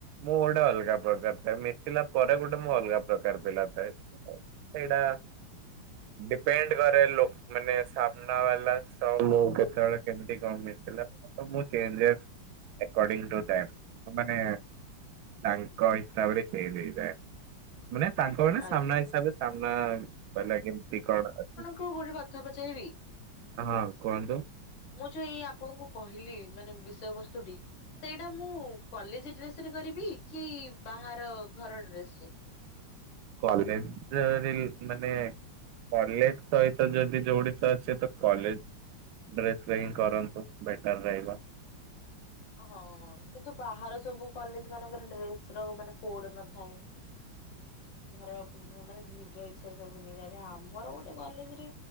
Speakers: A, on the right; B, on the left.
A: ମୁଁ ଗୋଟେ ଅଲଗା ପ୍ରକାର ଥାଏ ମିଶିଲା ପରେ ଗୋଟେ ମୁଁ ଅଲଗା ପ୍ରକାର ପିଲା ଥାଏ। ସେଇଟା ଡିପେଣ୍ଡ କରେ ଲୋ ମାନେ ସାମ୍ନା ବାଲା ସ <unintelligible> କେତେବେଳେ କେମିତି କଣ ମିଳିଲା ତ ମୁଁ ଚେଞ୍ଜେସ୍। ଆକଡିଙ୍ଗ୍ ଟୁ ଟାଇମ୍ ମାନେ ତାଙ୍କ ହିସାବରେ ଫେଲ୍ ହେଇଯାଏ। ମାନେ ତାଙ୍କ ମାନେ
B: ଆଜ୍ଞା
A: ସାମ୍ନା ହିସାବରେ ସାମ୍ନା କହିଲା କେମତି କଣ ଅଛି।
B: କୋଉ ଗୋଟେ କଥା ପଚାରିବି?
A: ହଁ କୁହନ୍ତୁ।
B: ମୁଁ ଯୋଉ ଏଇ ଆପଣଙ୍କୁ କହିଲି ମାନେ ବିଷୟ ବସ୍ତୁଟି ସେଇଟା ମୁଁ କଲେଜ ଡ୍ରେସ ରେ କରିବି କି ବାହାର ଘର ଡ୍ରେସ ରେ।
A: କଲେଜ ରିଲ୍ ମାନେ କଲେଜ ସହିତ ଯଦି ଯୋଉଠି ତ ଅଛେ ତ କଲେଜ ଡ୍ରେସ୍ ରେ ହିଁ କରନ୍ତୁ ବେଟର ରହିବ।
B: ହଁ କିନ୍ତୁ ବାହାର ସବୁ କଲେଜ ମାନଙ୍କରେ ଡ୍ରେସ ର ମାନେ କୋଡ ନଥାଏ। ଘର ପିନ୍ଧା ମାନେ ନିଜ ଇଚ୍ଛା ସବୁ ପିନ୍ଧିକି ଯାଆନ୍ତି। ଆମର ଗୋଟେ କଲେଜ ରେ